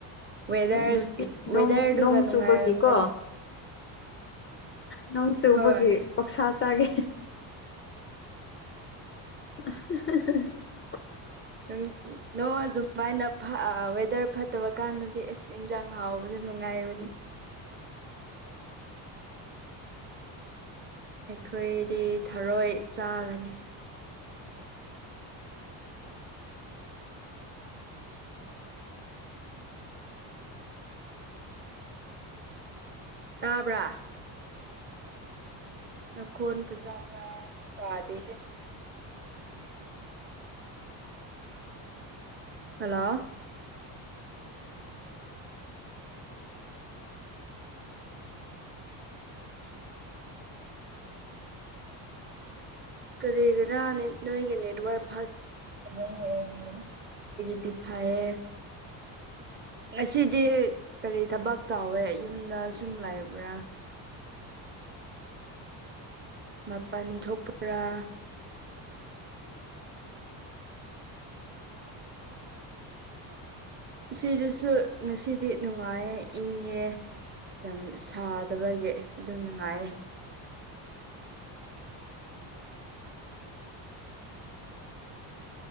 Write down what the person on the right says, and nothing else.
ꯋꯦꯗꯥꯔꯁ
ꯋꯦꯗꯥꯔꯗꯨꯒ
ꯅꯨꯡꯉꯥꯏꯔꯝꯒꯅꯤ
ꯍꯣꯏ
ꯅꯪ ꯅꯣꯡ ꯑꯗꯨꯃꯥꯏꯅ ꯐꯥ ꯑ ꯋꯦꯗꯔ ꯐꯠꯇꯕ ꯀꯥꯟꯗꯗꯤ ꯏꯁ ꯏꯟꯖꯥꯡ ꯍꯥꯎꯕꯗꯤ ꯅꯨꯡꯉꯥꯏꯕꯅꯦ ꯑꯩꯈꯣꯏꯗꯤ ꯊꯔꯣꯏ ꯆꯥꯒꯅꯤ ꯇꯥꯕ꯭ꯔꯥ ꯅꯈꯣꯟ ꯐꯖꯥꯅ ꯇꯥꯗꯦ ꯍꯦ ꯍꯜꯂꯣ ꯀꯔꯤꯒꯤꯔ ꯅꯣꯏꯒꯤ ꯅꯦꯠꯋꯥꯛ ꯐꯠ <unintelligible> ꯑꯣꯏꯔꯝꯒꯅꯤ ꯑꯩꯒꯤꯗꯤ ꯐꯥꯌꯦ ꯉꯁꯤꯗꯤ ꯀꯔꯤ ꯊꯕꯛ ꯇꯧꯋꯦ ꯌꯨꯝꯗ ꯁꯨꯝ ꯂꯩꯕ꯭ꯔꯥ ꯃꯄꯟ ꯊꯣꯛꯄꯔꯥ ꯑꯁꯤꯗꯁꯨ ꯉꯁꯤꯗꯤ ꯅꯨꯡꯉꯥꯏꯌꯦ ꯏꯪꯉꯦ ꯌꯥꯝ ꯁꯥꯗꯕꯒꯤ ꯑꯗꯨꯝ ꯅꯨꯡꯉꯥꯏꯌꯦ